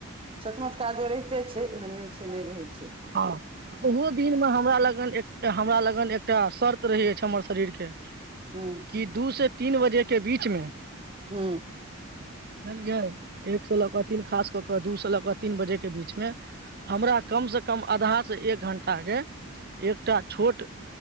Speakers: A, on the right; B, on the right.
A: छोट मोट काजो रहिते छै, एहन नहि छै। तने रहै। छै
B: हँ ओहो दिनमे हमरा लग, एक हमरा लगन एकटा शर् रहै अछि छै, हमर शरीर के। कि!
A: हूँ
B: दू से तीन बजे के बीचमे,
A: हूँ
B: बुझलियै। एक स लऽ कऽ तीन खास कऽ कऽ दू स लऽ कऽ तीन बजे के बीच मे, हमरा कम से कम कम आधा से एक घं्टा के, एकटा छोट